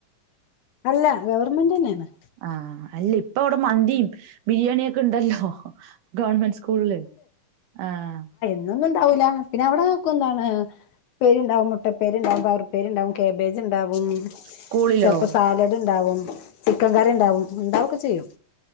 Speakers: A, on the left (about 70°); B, on the right (about 70°).
A: അല്ല ഗവർമെന്റന്നെയാണ്.
B: ആഹ് അല്ല ഇപ്പ അവിടെ മന്തിയും ബിരിയാണിയൊക്കെ ഇണ്ടല്ലോ. ഗവണ്മെന്റ് സ്കൂളില് ആഹ്
A: ഇന്നൊന്നും ണ്ടാവൂല പിന്നെ അവിടെ വക്കും എന്താണ്. പേരി ഉണ്ടാവും മുട്ടപ്പേരി ഉണ്ടാവും പയർപ്പേരി ഉണ്ടാവും കാകേബേജ് ഉണ്ടാവും.
B: സ്കൂളിലോ
A: ചെലപ്പോ സാലഡ് ണ്ടാവും ചിക്കൻ കറി ണ്ടാവും ണ്ടാവൊക്കെ ചെയ്യും.